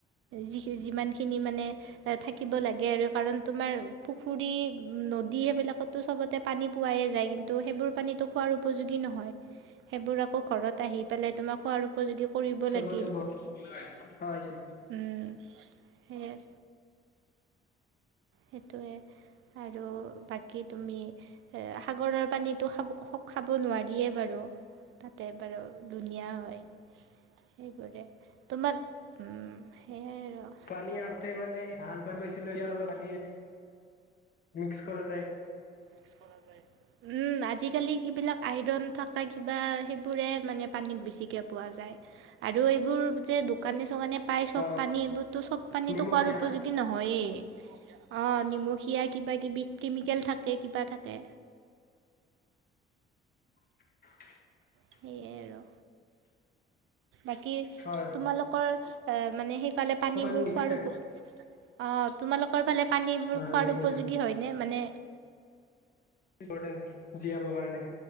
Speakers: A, on the right; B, on the left.
A: যি যিমানখিনি মানে থাকিব লাগে আৰু কাৰণ তোমাৰ পুখুৰী নদ দি সেইবিলাকটো চবতে পানী পোৱাই যায় কিন্তু সেইবোৰ পানীতো খোৱাৰ উপযোগী নহয়। সেইবোৰ আকৌ ঘৰত আহি পেলাই তোমাৰ খোৱাৰ উপযোগী কৰিব
B: চবতে
A: লাগিল,
B: পোৱা অ' আহিছে
A: উম সেয়াই সেইটোৱে আৰু বাকী তুমি সাগৰৰ পানীত সেইটো খব খপ খাব নোৱাৰিয়ে বাৰু তাকে বাৰু ধুনীয়া হয়। সেইবোৰে তোমাক সেই ৰ
B: পানী আগতে মানে ভাল পানী পাইছিলো ই অলপ পানী মিক্স কৰা যায়।
A: মিক্স কৰা যায়। উম আজিকালি এইবিলাক আইৰণ থকা কিবা সেইবোৰে মানে পানীত বেছিকৈ পোৱা যায়। আৰু এইবোৰ যে দোকানী চোকানীয়ে পাই চব
B: অ
A: পানী এইবোৰতো চব পানীতো
B: নিমখীয়া
A: খোৱাৰ উপযোগী নহয়ে অ নিমখীয়া কিবা কিবি কেমিকেল থাকে কিবা থাকে।
B: <inaudible>
A: সেয়াই আৰু বাকী?
B: হয় হয়।
A: তোমালোকৰ এ মানে সেইফালে পানীবোৰ
B: চব মিক্স
A: খোৱাৰ
B: থাকে
A: ওপ অ। তোমালোকৰ ফালে পানীবোৰ
B: হয়
A: খোৱাৰ
B: হয় কেমিকেল
A: উপযোগী
B: থাকে
A: হয়নে মানে?
B: ইম্পৰ্টেণ্ট জীয়াবৰ কাৰণে।